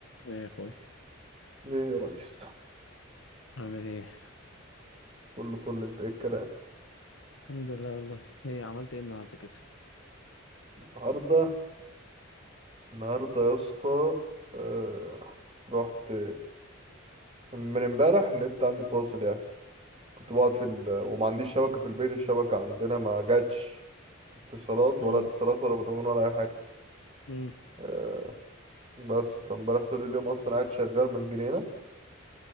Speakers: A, on the left; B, on the right.
A: ايه يا اخوي
B: ايه يا ريس
A: عامل ايه
B: كله فل انت ايه الكلام
A: الحمد لله والله ايه عملت ايه النهارده كده
B: النهارده النهارده يا اسطى آه... رحت من امبارح النت عندي فاصل يعني كنت بقعد في ال... وما عنديش شبكه في البيت الشبكه عندنا ما جاتش اتصالات
A: امم
B: ولا اتصالات ولا فودافون ولا اي حاجه
A: امم
B: آه، بس فامبارح طول اليوم اصلا قاعد شغال من جنينه